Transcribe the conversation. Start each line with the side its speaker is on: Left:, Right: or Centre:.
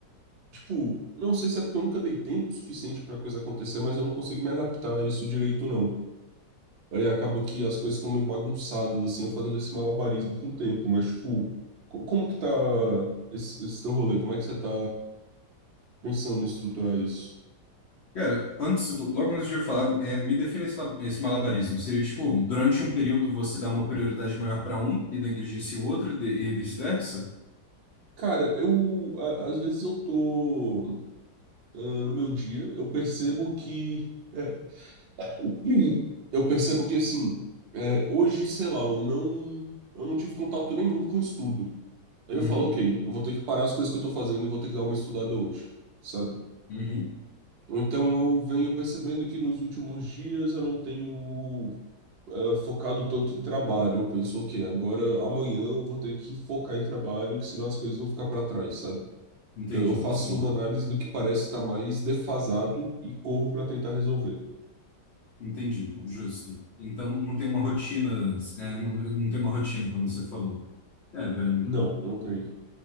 Right: Tipo, não sei se é porque eu nunca dei tempo suficiente pra coisa acontecer, mas eu não consigo me adaptar a isso direito, não. Aí acaba que as coisas ficam meio bagunçadas, assim, eu fazendo esse malabarismo com o tempo, mas, tipo, co- como que tá esse, esse teu rolê? Como é que você tá pensando em estruturar isso?
Left: Cara, antes, logo antes de eu falar, é, me defina esse, la- esse malabarismo. Seria tipo, durante um período você dá uma prioridade maior para um e negligencia o outro e de- e vice-versa?
Right: Cara, eu a- às vezes eu tô ah, no meu dia, eu percebo que é, <clears throat> eu percebo que assim, é, hoje, sei lá, eu não eu não tive contato nenhum com estudo. Aí
Left: Uhum,
Right: eu falo, ok, eu vou ter que parar as coisas que eu tô fazendo e vou ter que dar uma estudada hoje, sabe?
Left: uhum.
Right: Ou então eu venho percebendo que nos últimos dias eu não tenho é, focado tanto em trabalho. Eu penso, ok, agora amanhã eu vou ter que focar em trabalho, que senão as coisas vão ficar pra trás, sabe?
Left: Entendi,
Right: Eu eu faço
Left: sim.
Right: uma análise do que parece estar mais defasado e corro para tentar resolver.
Left: Entendi, justo. Então não tem uma rotina, é, não, não tem uma rotina, como você falou. É, velho.
Right: Não, não tem.